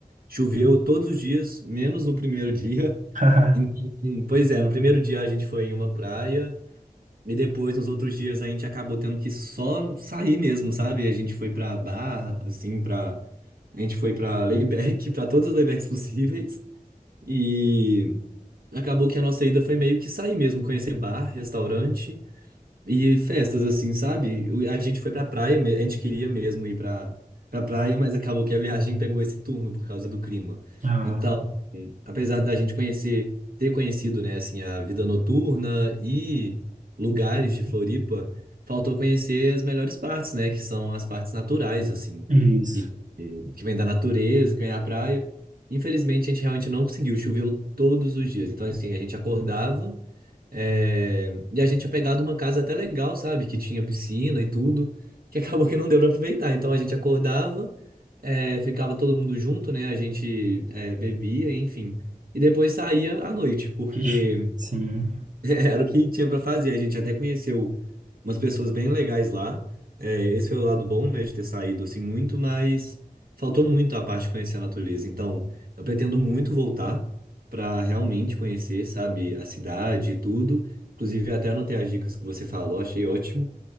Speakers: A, on the right (about 85°); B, on the right (about 55°).
A: choveu todos os dias, menos no primeiro dia. <laughs>
B: <laughs>
A: Então, pois é, no primeiro dia a gente foi em uma praia. E depois, nos outros dias, a gente acabou tendo que só sair mesmo, sabe? A gente foi pra Barra, assim, pra... A gente foi pra Layback, <laughs> pra todas as Laybacks possíveis. E acabou que a nossa ida foi meio que sair mesmo, conhecer bar, restaurante. E festas, assim, sabe? O- A gente foi pra praia, me- a gente queria mesmo ir pra, pra praia, mas acabou que a viagem pegou esse turno por causa do clima.
B: Ah,
A: Então, apesar da gente conhecer, ter conhecido, né, assim, a vida noturna e lugares de Floripa, faltou conhecer as melhores partes, né, que são as partes naturais, assim,
B: isso.
A: que, que vem da natureza, que vem da praia. Infelizmente, a gente realmente não conseguiu, choveu todos os dias. Então, assim, a gente acordava. É, E a gente tinha pegado uma casa até legal, sabe? Que tinha piscina e tudo, que <laughs> acabou que não deu pra aproveitar. Então a gente acordava, é, ficava todo mundo junto, né? A gente é, bebia, enfim. E depois saía à noite, porque
B: Ixi, Sim,
A: <laughs> Era o que tinha para fazer. A gente até conheceu umas pessoas bem legais lá. É, esse foi o lado bom, né, de ter saído assim muito, mas faltou muito a parte de conhecer a natureza. Então, eu pretendo muito voltar para realmente conhecer, sabe, a cidade e tudo. Inclusive, até anotei as dicas que você falou, achei ótimo.